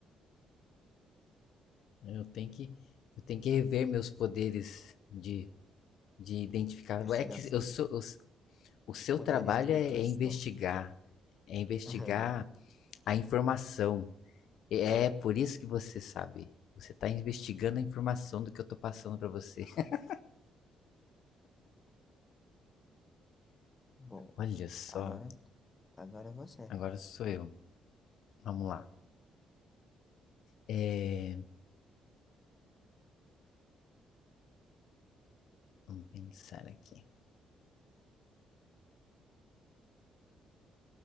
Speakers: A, on the left (about 75°); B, on the left (about 25°).
A: Eu tenho que, eu tenho que rever meus poderes de, de identificar.
B: Investigação.
A: É que eu sou, eu o seu
B: Poderes
A: trabalho
B: de intuição.
A: é, é investigar, é investigar
B: <laughs>
A: a informação. É por isso que você sabe. Você está investigando a informação do que eu tô passando para você. <laughs>
B: Bom,
A: Olha só,
B: agora, agora é você.
A: agora sou eu. Vamos lá. É, vamos pensar aqui.